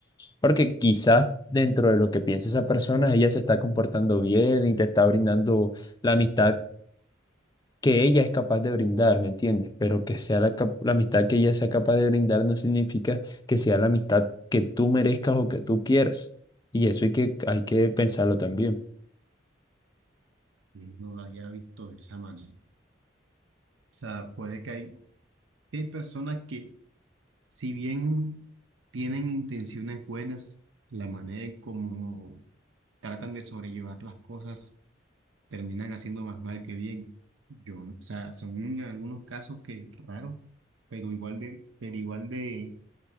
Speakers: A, on the left; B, on the right.
A: porque quizás dentro de lo que piensa esa persona, ella se está comportando bien y te está brindando la amistad que ella es capaz de brindar, ¿me entiendes? Pero que sea la, cap- la amistad que ella sea capaz de brindar no significa que sea la amistad que tú merezcas o que tú quieras. Y eso hay que, hay que pensarlo también.
B: que no haya visto de esa manera. O sea, puede que hay, que hay personas que, si bien tienen intenciones buenas, la manera en cómo tratan de sobrellevar las cosas terminan haciendo más mal que bien. Yo, no- o sea, son algunos casos que raros, pero igual de, pero igual de,